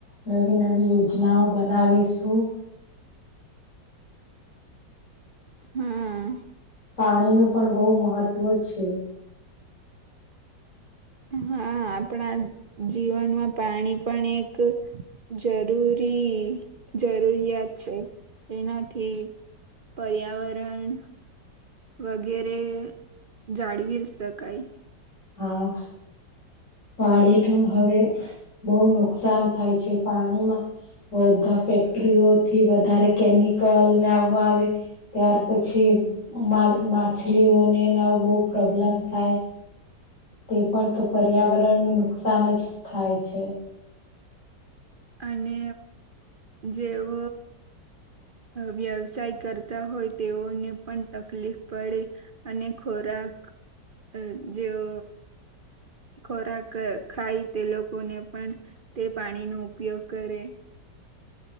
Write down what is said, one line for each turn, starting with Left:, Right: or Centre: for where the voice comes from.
Left: નવી નવી યોજનાઓ બનાવી દશું
Right: હા
Left: પાણીનુંું પણ બહુ મહત્ત્વ છે હ
Right: હા આપણા જીવનમાં પાણી પણ એક જરૂરી જરૂરિયાત છે એનાથી પર્યાવરણ વગેરે જાળવી ર શકાય
Left: હા પાણીનું હવે બહ નુકસાન થાય છે પાણીમાં બધા ફેક્ટરીઓથી વધારે કેમિકલ ને આવવા આવે ત્યાર પછી માછલીઓને બહ પ્રોબ્લેમ થાય તે પણ તો પર્યાવરણનું નુકસાન જ થાય છે
Right: અને જેવ વ્યવસાય કરતા હોય તેઓને પણ તકલીફ પડે અને ખોરાક
Left: <unintelligible>
Right: અ જેઓ ખોરાક ખાય તે લોકોને પણ તે પાણીનો ઉપયોગ કરે